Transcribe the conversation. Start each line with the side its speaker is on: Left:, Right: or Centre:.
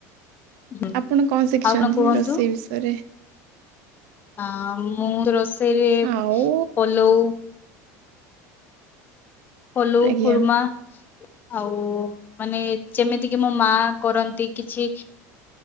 Left: ହୁଁ।
Right: ଆପଣ କଣ ଶିଖିଛନ୍ତି
Left: ଆଉ କୁହନ୍ତୁ
Right: ରୋଷେଇ ବିଷୟରେ?
Left: ଆ ମୁଁ ତ ରୋଷେଇରେ
Right: ଆଉ
Left: ପଲଉ ଫଲଉ
Right: ଆଜ୍ଞା
Left: କୁର୍ମା ଆଉ ମାନେ ଯେମିତି କିି ମୋ ମା କରନ୍ତି କିଛି